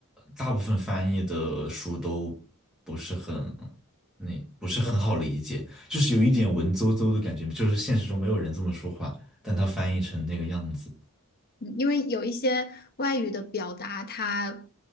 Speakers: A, in the centre; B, on the left (about 45°).
A: 大部分翻译的书都不是很，那不是很好理解，就是有一点文绉绉的感觉，就是现实中没有人这么说话，但他翻译成那个样子，
B: 嗯因为有一些外语的表达，它